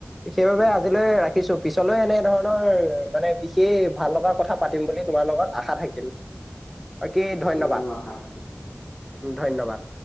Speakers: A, in the centre; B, on the left.
A: সেইবাবে
B: উম
A: আজিলৈ ৰাখিছো পিছলৈ এনে ধৰণৰ মানে বিশেষ ভাল লগা কথা পাতিম বুলি তোমাৰ লগত আশা থাকিল বাকি ধন্যবাদ
B: মোৰো আশা থাকিল
A: ধন্যবাদ